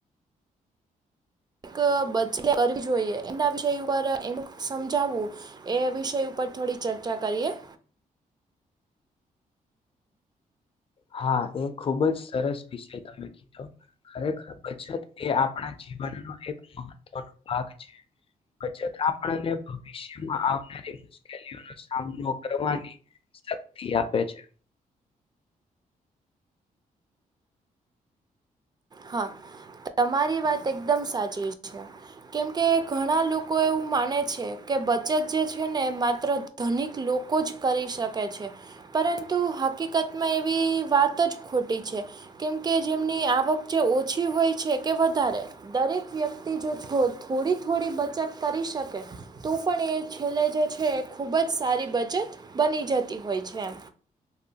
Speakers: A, on the right; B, on the left.
A: કે બચત કરવી જોઈએ એમના વિષય ઉપર અમુક સમજાવવું એ વિષય ઉપર થોડી ચર્ચા કરીએ,
B: હા, એ ખુબ જ સરસ વિષય તમે કીધો ખરેખર બચત એ આપણા જીવનનો એક મહત્વનો ભાગ છે. બચત આપણને ભવિષ્યમાં આવનારી, મુશ્કેલીઓ ન સામનો કરવાની શક્તિ આપે છે.
A: હા, તમારી વાત એકદમ સાચી છે. કેમકે ઘણા લોકો એવું માને છે, કે બચત જે છે ને માત્ર ધનિક લોકો જ કરી શકે છે. પરંતુ હકીકતમાં એવી વાત જ ખોટી છે, કેમકે જેમની આવક જે ઓછી હોય છે કે વધારે, દરેક વ્યક્તિ જો છો થોડી થોડી બચત કરી શકે, તો પણ એ છેલ્લે જે છે એ ખૂબ જ સારી બચત બની જતી હોય છે.